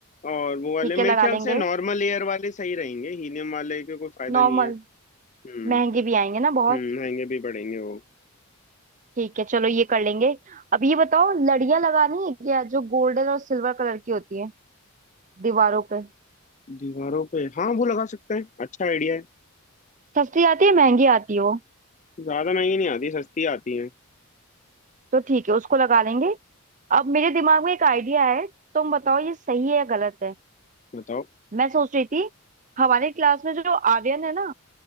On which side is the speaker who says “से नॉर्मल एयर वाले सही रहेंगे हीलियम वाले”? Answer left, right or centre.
Left